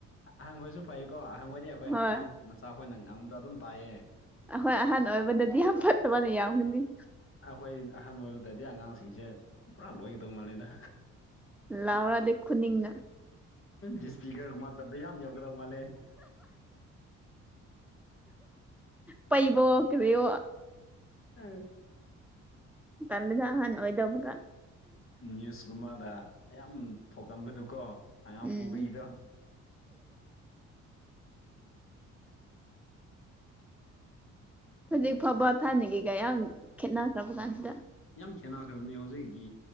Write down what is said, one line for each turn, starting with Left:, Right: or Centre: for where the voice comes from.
Left: ꯑꯍꯪꯈꯣꯏꯁꯨ ꯐꯩꯀꯣ ꯑꯍꯪꯈꯣꯏꯗꯤ ꯑꯩꯈꯣꯏ
Centre: ꯍꯣꯏ
Left: ꯑꯉꯥꯡ ꯃꯆꯥ ꯑꯩꯈꯣꯏꯅ ꯉꯥꯡꯕꯗꫭ ꯑꯗꯨꯝ ꯇꯥꯏꯌꯦ
Centre: ꯑꯩꯈꫭꯏ ꯑꯍꯟ ꯑꯣꯏꯕꯗꯗꯤ ꯌꯥꯝ ꯐꯠꯇꯕꯅ ꯌꯥꯝꯒꯅꯤ
Left: ꯑꯩꯈꯣꯏ ꯑꯍꯟ ꯑꯣꯏꯕꯗꯗꯤ ꯑꯉꯥꯡꯁꯤꯡꯁꯦ ꯄꯨꯔꯥ ꯂꯣꯏꯒꯗꯧ ꯃꯥꯜꯂꯦꯗ
Centre: ꯂꯥꯎꯔꯗꯤ ꯈꯨꯅꯤꯡꯅ
Left: ꯗꯤꯁꯐꯤꯒꯔ ꯃꯥꯗ ꯌꯥꯝ ꯌꯧꯒꯗꯧ ꯃꯥꯜꯂꯦ
Centre: ꯄꯩꯕꯣ ꯀꯔꯤꯑꯣ
Left: ꯑꯥ
Centre: ꯇꯜꯂꯤꯗ ꯑꯍꯟ ꯑꯣꯏꯗꯕꯗ
Left: ꯅ꯭ꯌꯨꯁꯀꯨꯝꯕꯗ ꯌꯥꯝ ꯊꯣꯛꯀꯟꯕꯗꯨꯀꯣ ꯑꯉꯥꯡ
Centre: ꯎꯝ
Left: ꯐꯨꯕꯒꯤꯗꯣ
Centre: ꯍꯧꯖꯤꯛ ꯐꯥꯎꯕ ꯊꯥꯅꯒꯤꯒ ꯌꯥꯝ ꯈꯦꯠꯅꯈ꯭ꯔꯕ ꯀꯥꯟꯁꯤꯗ
Left: ꯌꯥꯝ ꯈꯦꯠꯅꯈ꯭ꯔꯕꯅꯦ ꯍꯧꯖꯤꯛꯀꯤ